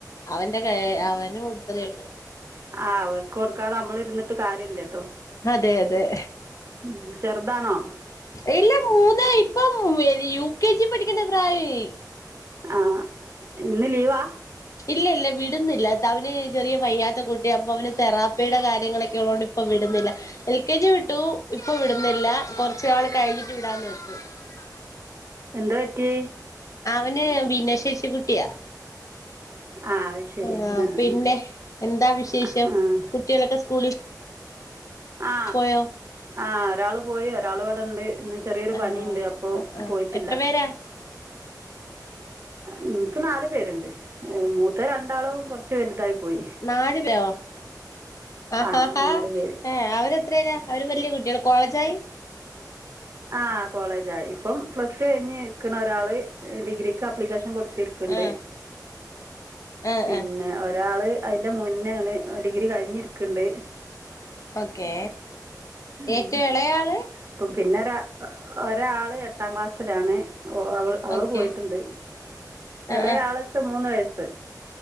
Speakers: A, on the left; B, on the right.
A: അവന്റെ ക അവന് കൊടുത്തതെഉള്ളു
B: ആ അവർക്ക് കൊടുക്കാതെ നമ്മൾ ഇരുന്നിട്ട് കാര്യില്ലല്ലോ
A: അതെ അതെ
B: ഉ ചെറുതാണോ
A: ഇല്ല മൂന്ന ഇപ്പ യു കെ ജി പഠിക്കണ്ട പ്രായേ
B: ആഹ ഇന്ന് ലീവാ
A: ഇല്ല ഇല്ല വിടുന്നില്ല അവന് ചെറിയ പയ്യാത്ത കുട്ടി അപ്പൊ അവന് തെറാപ്പിയുടെ കാര്യങ്ങളൊക്കെ ഉള്ളതുകൊണ്ട് ഇപ്പൊ വിടുന്നത് എൽ കെ ജി വിട്ടു ഇപ്പൊ വിടുന്നില്ല കുറച്ച നാൾ കഴിഞ്ഞിട്ട് വിടാന്ന് വെച്ചു ആഹ
B: എന്താ പറ്റി
A: അവന് ഭന്നശേഷിക്കുട്ടിയാ
B: ആഹ് അത് ശരി
A: ആ
B: ആഹ്
A: പിന്നെ എന്താ വിശേഷം
B: ആഹ്
A: കുട്ടികളൊക്കെ സ്കൂളിൽ
B: ആ
A: പോയോ
B: ആ ഒരാൾ പോയി ഒരാൾ ഇവിടെണ്ട് ഇന്ന് ചെറിയൊരു
A: ആണോ
B: പണിയുണ്ട് അപ്പൊ
A: ആ ആ
B: പോയിട്ടില്ല
A: എത്ര പേരാ
B: നിനിക്ക് നാലു പേരുണ്ട് മൂത്ത രണ്ടാളും കുറച്ച് വലുതായി പോയി
A: നാല് വോ ആ
B: ആഹ്
A: ആ ഹ
B: നാല് പേര്
A: ഏ അവര് എത്രേല്ല അവര് വല്യ കുട്ടികൾ കോളേജായി
B: അ ആ കോളേജആായി ഇപ്പം പ്ലസ് കഴിഞ്ഞ് നിക്കുന്ന ഒരാള് ഡിഗ്രിക്ക് അപ്ലിക്കേഷൻ കൊടു തിർക്കണ്ട്
A: ആ ആ
B: പിന്നെ
A: ആ
B: ഒരാള് അതിന്റെ മുന്നോണ് ഡിഗ്രി കഴിഞ്ഞിരിക്കണ്ട്
A: ഓക്കേ
B: ഉം
A: ഏറ്റവും ഇളയാള്
B: ഇപ്പം പിന്നെ ഒരാ ഒരാള് എട്ടാം ക്ലാസ്സിലാണ് ഓ അവ അവള്
A: ഓക്കെ
B: പോയിട്ടുണ്ട്
A: ആ
B: ഇളയാളൊക്കെ മൂന്ന് വയസ്